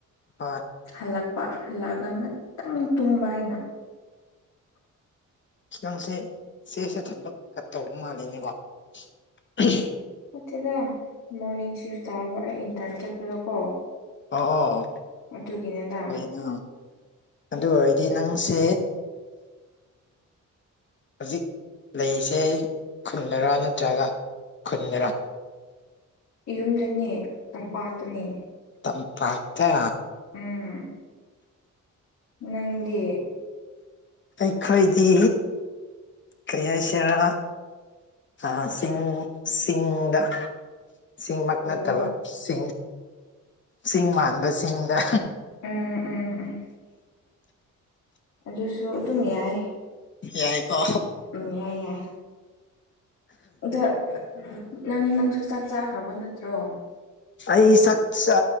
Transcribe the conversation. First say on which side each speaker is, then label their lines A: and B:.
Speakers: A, on the left; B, on the left.
A: ꯍꯣꯏ
B: ꯍꯜꯂꯛꯄ ꯍꯜꯂꯛꯑꯒ ꯉꯥꯛꯇꯪ ꯇꯨꯝꯕ ꯑꯩꯅ <inaudible>
A: ꯢꯁ ꯅꯪꯁꯦ ꯆꯦꯁꯦ ꯊꯟꯕ ꯀꯠ ꯇꯧꯕ ꯃꯥꯜꯂꯤꯅꯦꯀꯣ <unintelligible>
B: ꯅꯠꯇꯦꯗ ꯃꯣꯔꯅꯤꯡ ꯁꯤꯐ ꯇꯥꯕ ꯑꯩ ꯏꯟꯇꯔꯟ ꯆꯠꯄꯗꯀꯣ
A: ꯑꯣ ꯑꯣ
B: ꯑꯗꯨꯒꯤꯅꯦꯗ
A: ꯀꯔꯤꯅꯣ ꯑꯗꯨ ꯑꯣꯏꯔꯗꯤ ꯅꯪꯁꯦ ꯍꯧꯖꯤꯛ ꯂꯩꯔꯤꯁꯦ ꯈꯨꯟꯗꯔꯥ ꯅꯠꯇ꯭ꯔꯒ ꯈꯨꯟꯗꯔꯥ
B: ꯌꯨꯝꯗꯅꯦ ꯇꯝꯄꯥꯛꯇꯅꯦ
A: ꯇꯝ ꯄꯥꯛꯇ
B: ꯎꯝ ꯅꯪꯗꯤ
A: ꯑꯩꯈꯣꯏꯗꯤ ꯀ꯭ꯔꯤ ꯍꯥꯏꯁꯤꯔ ꯑ ꯆꯤꯡ ꯆꯤꯡꯗ ꯆꯤꯡꯃꯛ
B: ꯑꯣ
A: ꯅꯠꯇꯕ ꯆꯤꯡ ꯆꯤꯡ ꯃꯥꯟꯕ ꯆꯤꯡꯗ
B: ꯎꯝ ꯎꯝ ꯑꯗꯨꯁꯨ ꯑꯗꯨꯝ ꯌꯥꯏ
A: ꯌꯥꯏꯀꯣ
B: ꯎꯝ ꯌꯥꯏ ꯌꯥꯏ ꯑꯗ ꯅꯪ ꯅꯪꯁꯨ ꯆꯥꯛ ꯆꯥꯈ꯭ꯔꯕ ꯅꯠꯇ꯭ꯔꯣ
A: ꯑꯩ ꯆꯥꯛ ꯆ